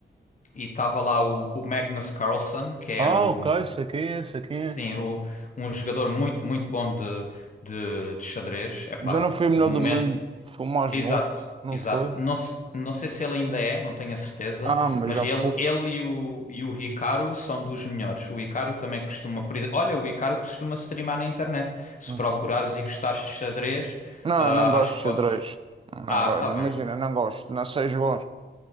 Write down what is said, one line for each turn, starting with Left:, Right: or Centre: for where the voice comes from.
Left: e estava lá o, o Magnus Carlsen, que é
Right: Ah,
Left: o,
Right: ok, sei quem é, sei quem
Left: sim,
Right: é.
Left: o, um jogador muito, muito bom de, de, de xadrez. Epá,
Right: Já não
Left: de,
Right: foi o melhor
Left: de momento,
Right: do mundo, foi o mais
Left: Exato,
Right: novo, não
Left: exato.
Right: foi?
Left: Não, se- não sei se ele ainda é, não tenho a certeza,
Right: Ah, mas
Left: mas
Right: já
Left: ele,
Right: foi,
Left: ele e o, e o Hikaru são dos melhores. O Hikaru também costuma. por ex- Olha, o Hikaru costuma streamar na internet. Se
Right: não
Left: procurares
Right: sei.
Left: e gostares de xadrez,
Right: Não,
Left: ah,
Right: não gosto
Left: acho que
Right: de
Left: podes.
Right: xadrez. Não
Left: Ah,
Right: go-
Left: tá
Right: Imagina,
Left: bem.
Right: não gosto, não sei jogar.